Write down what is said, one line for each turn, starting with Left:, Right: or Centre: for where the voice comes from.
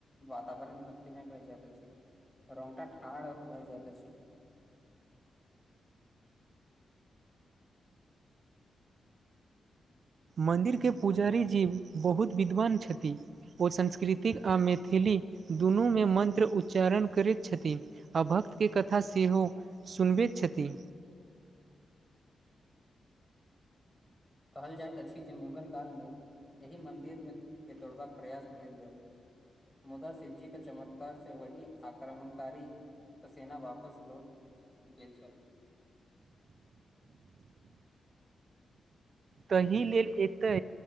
Left: वातावरण भक्तिमय भ जायत अछि। रोंगटा ठाड भ जाइत अछि।
Right: मन्दिर के पुजारी जी बहुत विद्वान छथि। ओ सास्कृतिक आ मैथिली दुनू मे मन्त्र उच्चारण करैत छथि। आ भक्त के कथा सेहो सुनबैत छथि।
Left: कहल जाय अछि, जे मुगल काल मे एहि मन्दिर के तोड़बाक प्रयास भेल जाय। मुदा शिवजी के चमत्कार से वही आक्रमणकारी तऽ सेना वापस लौट गेल छल।
Right: तहि लेल एतै